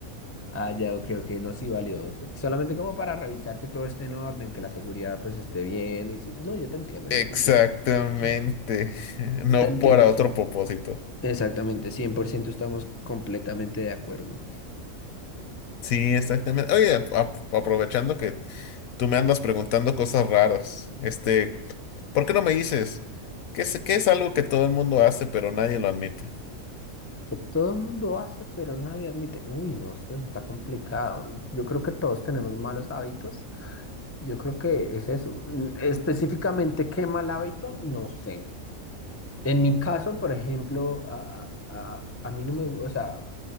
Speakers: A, on the left (about 15°); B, on the left (about 75°).
A: Ah, ya, ok, ok, no, sí, válido. S- Solamente como para revisar que todo esté en orden, que la seguridad pues esté bien. y sí, No, yo te entiendo, yo
B: Exactamente.
A: te entiendo. <laughs>
B: <laughs> No
A: Te entiendo,
B: para otro
A: sí.
B: propósito.
A: Exactamente, 100%. estamos completamente de acuerdo.
B: Sí, exactamente. Oye, a- a- aprovechando que tú me andas preguntando cosas raras, este, ¿por qué no me dices? ¿Qué es, qué es algo que todo el mundo hace pero nadie lo admite?
A: que todo el mundo hace, pero nadie admite. Uy, no, esto está complicado. Yo creo que todos tenemos malos hábitos. Yo creo que es eso. Mm, Específicamente, ¿qué mal hábito? No sé. En mi caso, por ejemplo, a, a- a- a mí no me gusta, o sea,